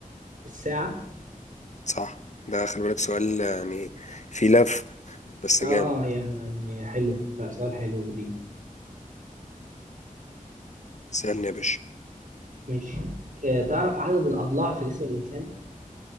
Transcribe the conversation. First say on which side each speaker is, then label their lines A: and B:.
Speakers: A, on the right (about 65°); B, on the left (about 55°).
A: الساعة
B: صح ده خلي بالك سؤال يعني فيه لف بس
A: آه
B: جامد
A: هي يعني حلوة لا سؤال حلو جديد
B: سألني يا باشا
A: ماشي آه، تعرف عدد الأضلاع في جسم الإنسان